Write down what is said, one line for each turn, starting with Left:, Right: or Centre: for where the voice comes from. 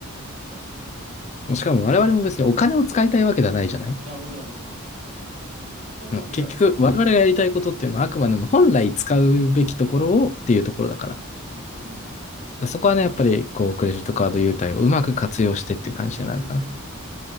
Right: いなそうい
Left: しかも我々も別にお金を使いたいわけではないじゃない
Right: や、もちろん、もちろん。使いたいわけではない。
Left: 結局、我々がやりたいことっていうのは、あくまでも本来使うべきところをっていうところだか
Right: うん。
Left: ら。そこはね、
Right: まあ、
Left: やっぱり、こう、
Right: <laughs>
Left: クレジットカード優待をうまく活用してっていう感じになるかな。
Right: 確